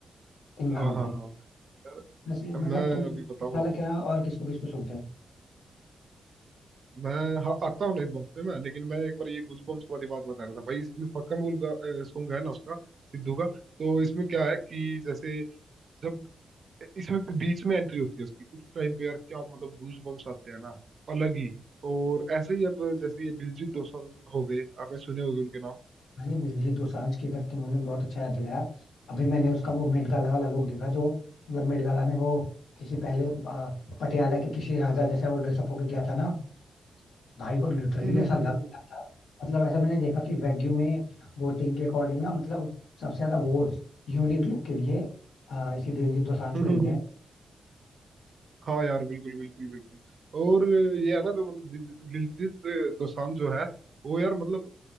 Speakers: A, on the left; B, on the right.
A: इन गानों
B: हाँ हाँ
A: पे
B: हाँ यार
A: जैसे
B: मैं
A: मतलब तुम सिर्फ
B: अभी बताऊँ आपको
A: के अलावा और किसको किसको सुनते हो
B: मैं हाँ आता हूँ ना इस बात पे मैं लेकिन मैं एक बार ये गूजबम्प्स वाली बात बता रहा था भाई इसमें पक्का मूल का सॉन्ग है ना उसका सिद्धू का तो इसमें क्या है कि जैसे जब इसमें भी बीच में एंट्री होती है उसकी उस टाइम पे यार क्या मतलब गूज बम्स आते हैं ना अलग ही और ऐसे ही अब जैसे ये दिलजीत दोसांझ हो गए आपने सुने होंगे उनके नाम
A: भाई दिलजीत दोसांझ की अगर तुमने बहुत अच्छा याद दिलाया अभी मैंने उसका वो मेट गाला वाला लुक देखा जो मतलब मेट गाला में वो किसी पहले आ, पटियाला के किसी राजा जैसा वो ड्रेसअप होके गया था ना भाई वो लिटरली
B: हम्म।
A: ऐसा लग रहा था मतलब ऐसा मैंने देखा कि वैग्यू में वोटिंग के अकॉर्डिंग ना मतलब सबसे ज्यादा वोट यूनिक लुक के लिए आ, इसी दिलजीत दोसांझ
B: <laughs>
A: को मिले
B: हाँ यार बिल्कुल बिल्कुल बिल्कुल और ये है ना जो मतलब दिल- दिलजीत दोसांझ जो है वो यार मतलब